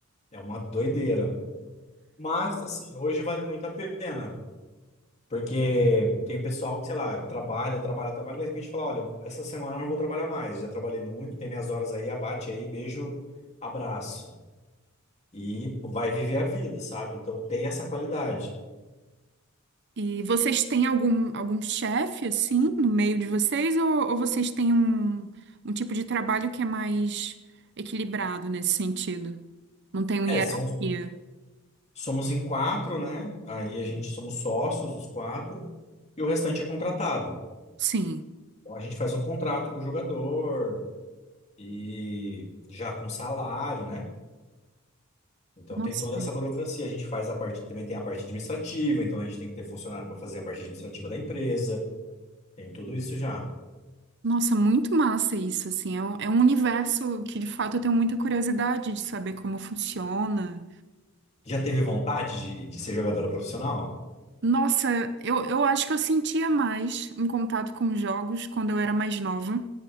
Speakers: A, on the left; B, on the right.
A: é uma doideira. Mas, assim, hoje vale muito a pena, porque tem pessoal que, sei lá, trabalha, trabalha, trabalha, e de repente fala: olha, vou- essa semana eu não vou trabalhar mais, já trabalhei muito, tem minhas horas aí, abate aí, beijo, abraço. E vai viver a vida, sabe? Então tem essa qualidade.
B: E vocês têm algum, algum chefe, assim, no meio de vocês? Ou, ou vocês têm um, um tipo de trabalho que é mais equilibrado nesse sentido? Não tem uma
A: É,
B: hierarquia?
A: são Somos em quatro, né? Aí a gente somos sócios, os quatro, e o restante é contratado.
B: Sim.
A: Então a gente faz um contrato com o jogador e já com salário, né? Então
B: Nossa,
A: tem toda essa burocracia. A gente faz a parte, também tem a parte administrativa, então a gente tem que ter funcionário para fazer a parte administrativa da empresa. Tem tudo isso já.
B: nossa, muito massa isso, assim. É um, é um universo que, de fato, eu tenho muita curiosidade de saber como funciona.
A: Já teve vontade de, de ser jogadora profissional?
B: Nossa, eu, eu acho que eu sentia mais um contato com os jogos quando eu era mais nova.